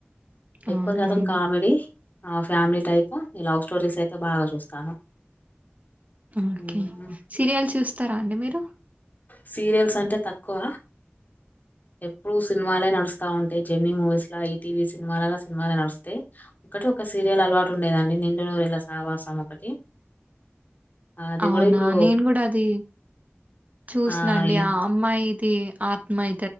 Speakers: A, on the left; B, on the right.
A: ఎక్కువ
B: అవునా
A: శాతం
B: అండి
A: కామెడీ ఆ ఫ్యామిలీ టై <unintelligible> లవ్ స్టోరీస్ అయితే బాగా చూస్తాను మ్మ్.
B: ఒకే సీరియల్ చూస్తారా అండి మీరు
A: సీరియల్స్ అంటే తక్కువ ఎప్పుడు సినిమాలే నడుస్తా ఉంటాయ్ జామినీ మూవీస్ లా ఈటీవీ సినిమాలలా సినిమాలే నడుస్తాయి ఒకటి సీరియల్ అలవాటు ఉండేదండి నిండునూరు ఏళ్ల సావాసం ఒకటి ఆ, అది
B: అవునా
A: కూడా ఇప్పుడు
B: నేను కూడా అది చూసిన
A: ఆ
B: అండి
A: ఈ-
B: ఆ అమ్మాయి <unintelligible> ఆత్మయి